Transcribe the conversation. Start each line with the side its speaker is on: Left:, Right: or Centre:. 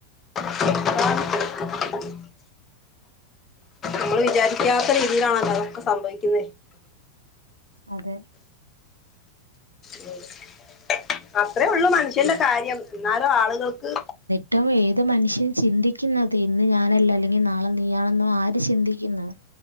Left: <inaudible> മ്മള് വിചാരിക്കാത്ത രീതിലാണല്ലോ അതൊക്കെ സംഭവിക്കുന്നെ
Right: അതെ
Left: ഉം അത്രേ ഒള്ളു മനുഷ്യന്റെ കാര്യം. എന്നാലോ ആള്കൾക്ക്
Right: ഏറ്റവും ഏത് മനുഷ്യൻ ചിന്തിക്കുന്നത് ഇന്ന് ഞാനല്ല അല്ലെങ്കിൽ നാളെ നീയാണെന്ന് ആര് ചിന്തിക്കുന്നു